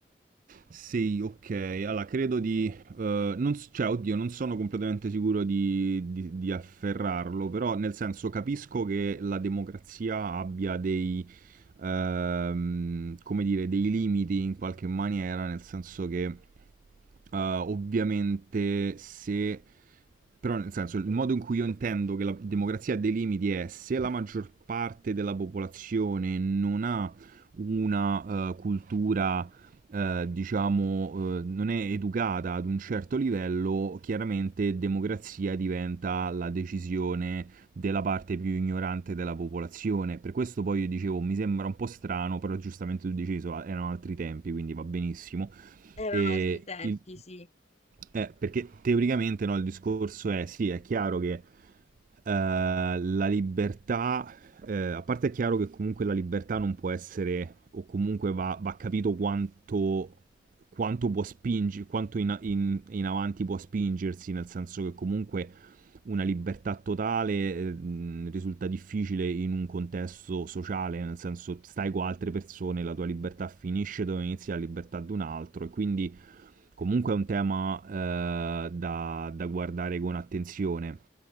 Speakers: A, on the right; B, on the left.
A: Sì, ok. Allora, credo di... eh, non s- cioè, oddio, non sono completamente sicuro di, di- di afferrarlo, però nel senso capisco che la democrazia abbia dei, ehm, come dire, dei limiti in qualche maniera, nel senso che uh, ovviamente se... Però nel senso, il modo in cui io intendo che la democrazia ha dei limiti è se la maggior parte della popolazione non ha una eh, cultura, eh, diciamo, eh, non è educata ad un certo livello, chiaramente democrazia diventa la decisione della parte più ignorante della popolazione. Per questo poi io dicevo, mi sembra un po' strano, però giustamente tu dicevi, so, erano altri tempi, quindi va benissimo
B: Erano
A: e
B: altri tempi,
A: il-
B: sì.
A: eh, perché teoricamente no, il discorso è sì, è chiaro che eh, la libertà, eh, a parte è chiaro che comunque la libertà non può essere, o comunque va, va capito quanto, quanto può spingere, quanto in, in- in avanti può spingersi, nel senso che comunque una libertà totale eh, mh, risulta difficile in un contesto sociale, nel senso stai con altre persone, la tua libertà finisce dove inizia la libertà di un altro e quindi comunque è un tema eh, da, da guardare con attenzione.